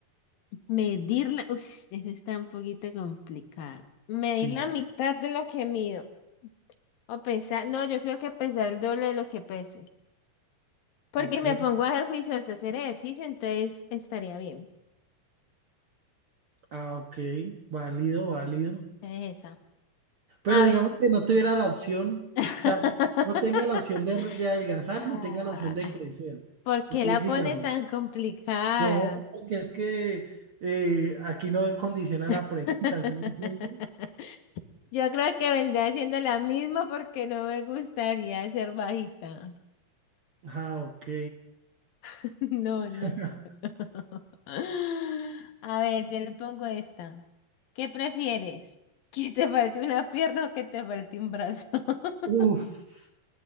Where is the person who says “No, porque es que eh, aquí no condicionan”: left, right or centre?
Right